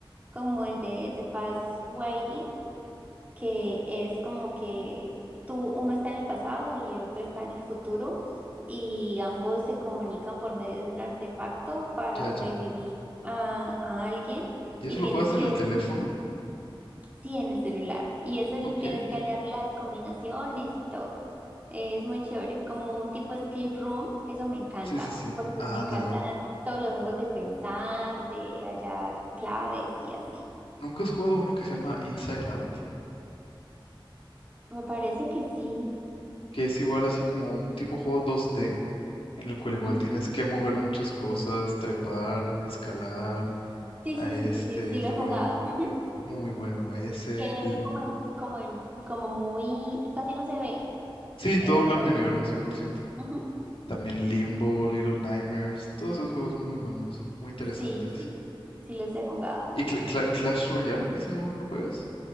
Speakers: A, on the right (about 20°); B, on the left (about 85°).
A: como el de The Past Waiting, que es como que tú, uno está en el pasado y el otro está en el futuro y ambos se comunican por medio de un artefacto para
B: Ya,
A: revivir
B: ya.
A: a, a alguien
B: ¿Y eso
A: y tienes
B: lo juegas
A: que
B: en el teléfono?
A: Sí, en el celular. Y eso l-
B: Ok.
A: tienes que hallar las combinaciones y todo. Eh, es muy chévere. Como un tipo escape room, eso me encanta,
B: Sí, sí, sí.
A: porque
B: Ah,
A: me encantan
B: ándale.
A: todos los juegos de pensar, de hallar claves y así.
B: ¿Nunca has jugado uno que se llama Inside Out?
A: Me parece que sí.
B: Que es igual así como un tipo juego dos d en el cual igual
A: Ujú.
B: tienes que mover muchas cosas, trepar, escalar,
A: Sí,
B: a
A: sí,
B: este,
A: sí, sí, sí, sí
B: irte
A: lo he
B: por
A: jugado.
B: abajo.
A: Ujú.
B: Muy bueno, ese.
A: Que
B: L-
A: es como en- como en- como muy, casi no se ve
B: Sí, todo
A: en el
B: blanco
A: juego.
B: y negro, 100%.
A: Ujú.
B: También Limbo, Little Nightmares, todos esos juegos muy buenos, muy interesantes.
A: Sí, sí, sí los he jugado.
B: ¿Y Cla- Cla- Clash Royale? ¿Ese no lo juegas?